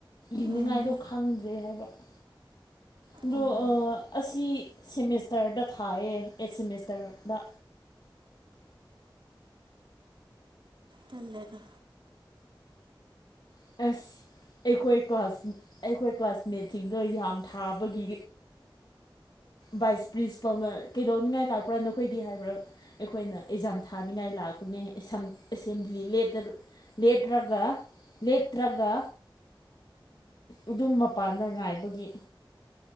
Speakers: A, on the left; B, on the right.
A: ꯏꯅꯤꯡꯉꯥꯏꯗꯣ
B: ꯎꯝ
A: ꯈꯪꯗ꯭ꯔꯦ ꯍꯥꯏꯕ <inaudible> ꯑꯗꯣ
B: ꯑꯣ
A: ꯑꯁꯤ ꯁꯦꯃꯦꯁꯇꯔꯗ ꯊꯥꯏꯌꯦ ꯑꯩꯠ ꯁꯦꯃꯦꯁꯇꯔꯗ
B: ꯇꯜꯂꯦꯗꯥ
A: ꯑꯁ ꯑꯩꯈꯣꯏ ꯀ꯭ꯂꯥꯁ ꯑꯩꯈꯣꯏ ꯀ꯭ꯂꯥꯁꯃꯦꯠꯁꯤꯡꯗꯣ ꯌꯥꯝ ꯊꯥꯕꯒꯤ ꯚꯥꯏꯁ ꯄ꯭ꯔꯤꯟꯁꯤꯄꯥꯜꯅ ꯀꯩꯗꯧꯅꯤꯡꯉꯥꯏ ꯂꯥꯛꯄ꯭ꯔꯥ ꯅꯈꯣꯏꯗꯤ ꯍꯥꯏꯕ꯭ꯔꯥ ꯑꯩꯈꯣꯏꯅ ꯑꯦꯛꯖꯥꯝ ꯊꯥꯅꯤꯡꯉꯥꯏ ꯂꯥꯛꯄꯅꯦ ꯑꯦꯁꯦꯝꯕ꯭ꯂꯤ ꯂꯦꯞꯇꯒ ꯂꯦꯞꯔꯒ ꯂꯦꯞꯇ꯭ꯔꯒ ꯑꯗꯨꯝ ꯃꯄꯥꯟꯗ ꯉꯥꯏꯕꯒꯤ